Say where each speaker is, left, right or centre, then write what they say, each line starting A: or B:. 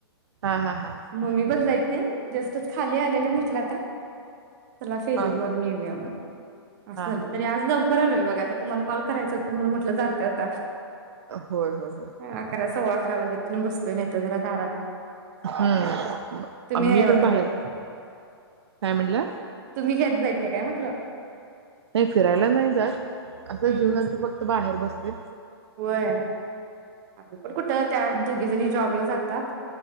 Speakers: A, on the right (about 80°); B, on the right (about 40°).
A: हा हा हा हा
B: म मी पण जाय जस्टच खाली आलेले म्हटल आता चला फेरी
A: हा
B: मरून
A: हा
B: येऊया म असं
A: हा हा
B: झालं तरी आज नव्ह करालोय बघा आता तुम्हाला कॉल करायच होता म्हणून म्हटलं जात जाता
A: होय होय होय
B: अकरा, सव्वा <unintelligible> आणि बसतोय नायत जरा दारात
A: हम्म
B: तुम्ही नाय
A: मी
B: वाटत
A: पण बाहेर
B: जात
A: काय म्हणलं
B: तुम्ही घेत जायच नाही काय म्हटलं?
A: नाही फिरायला नाही जात. असं
B: हम्म
A: जेवल्यानंतर
B: हम्म
A: फक्त बाहेर बसतय.
B: होय. आमी पण कुठं त्या दु घीजनी जॉबला जातात